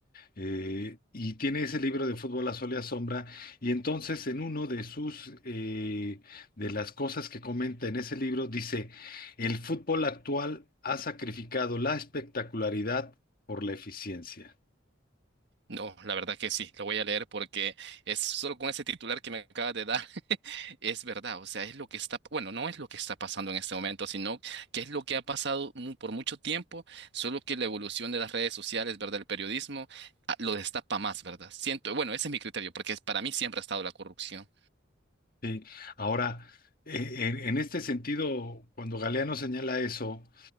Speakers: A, on the left; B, on the right.
A: Eh, y tiene ese libro de Fútbol a Sol y a Sombra. Y entonces en uno de sus, eh, de las cosas que comenta en ese libro, dice, el fútbol actual ha sacrificado la espectacularidad por la eficiencia.
B: No, la verdad que sí, lo voy a leer porque es solo con ese titular que me acabas de dar, <laughs> es verdad, o sea, es lo que está, bueno, no es lo que está pasando en este momento, sino que es lo que ha pasado mu- por mucho tiempo, solo que la evolución de las redes sociales, ¿verdad? El periodismo ah, lo destapa más, ¿verdad? Siento, bueno, ese es mi criterio, porque es- para mí siempre ha estado la corrupción.
A: Sí. Ahora, eh, en, en este sentido, cuando Galeano señala eso,